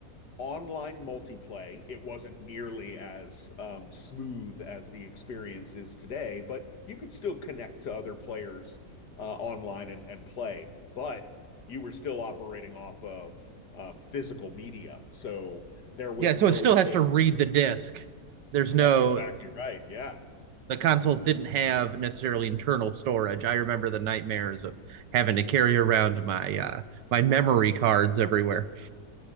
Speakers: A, on the left; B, on the right.
A: online multiplay. It wasn't nearly as um, smooth as the experience is today, but you could still connect to other players uh, online and, and play. But you were still operating off of um, physical media, so there was
B: Yeah, so
A: no
B: it still has
A: way
B: to read
A: to
B: the disk. There's no
A: that's exactly right. Yeah.
B: the consoles didn't have necessarily internal storage. I remember the nightmares of having to carry around my uh, my memory cards everywhere.